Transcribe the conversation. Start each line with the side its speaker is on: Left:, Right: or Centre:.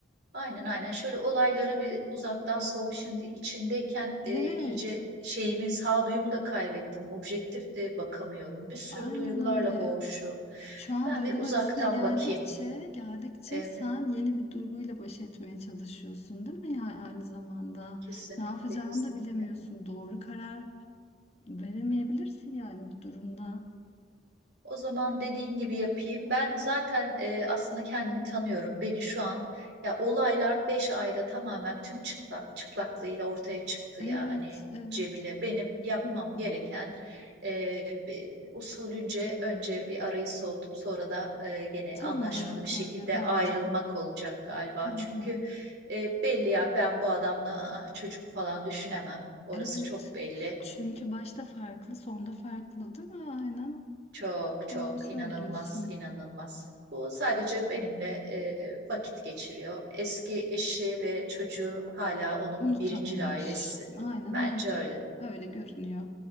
Right: Aynen aynen şöyle olaylara bir uzaktan sov şimdi içindeyken
Left: Evet,
Right: e, iyice şeyimi sağduyumu da kaybettim objektif de bakamıyorum bir sürü
Left: aynen
Right: duygularla
Left: öyle.
Right: boğuşuyorum
Left: Şu an
Right: ben
Left: duygular
Right: bir uzaktan
Left: üstüne geldikçe,
Right: bakayım
Left: geldikçe
Right: evet
Left: sen yeni bir duyguyla baş etmeye çalışıyorsun, değil mi? Yani aynı zamanda
Right: kesinlikle
Left: ne yapacağını
Right: kesinlikle
Left: da bilemiyorsun. Doğru karar veremeyebilirsin yani bu durumda.
Right: O zaman dediğin gibi yapayım. Ben zaten e, aslında kendimi tanıyorum. Beni şu an ya olaylar 5 ayda tamamen tüm çıkla, çıplaklığıyla ortaya çıktı
Left: Evet,
Right: yani
Left: evet.
Right: Cemile. Benim yapmam
Left: Hı hı.
Right: gereken e, bir- usulünce önce bir arayı soğutup sonra da e, gene
Left: Tam
Right: anlaşmalı
Left: olarak
Right: bir şekilde
Left: öyle bence.
Right: ayrılmak olacak galiba.
Left: Hı hı.
Right: Çünkü e, belli ya ben bu adamla ah, çocuk falan düşünemem. Orası
Left: Evet.
Right: çok belli.
Left: Çünkü başta farklı, sonda farklı değil mi? Aynen.
Right: Çok çok
Left: Doğru söylüyorsun.
Right: inanılmaz inanılmaz. Bu sadece benimle e, vakit geçiriyor. Eski eşi ve çocuğu hala onun
Left: Unutamamış.
Right: birincil ailesi.
Left: Aynen
Right: Bence
Left: öyle.
Right: öyle.
Left: Öyle görünüyor.